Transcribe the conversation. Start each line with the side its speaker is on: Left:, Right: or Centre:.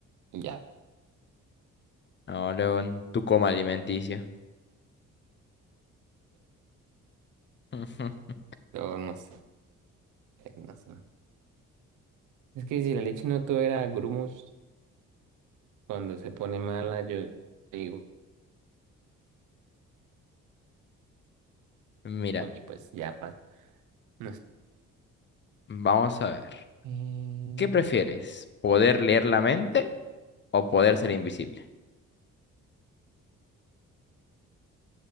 Right: y ya.
Left: No, León, tu coma alimenticia <laughs>
Right: Pero no sé, no sé. Es que si la leche no tuviera grumos, cuando se pone mala, yo digo,
Left: Mira,
Right: y pues ya pasa. No sé.
Left: vamos a ver.
Right: Eh,
Left: ¿Qué prefieres? ¿Poder leer la mente o poder ser invisible?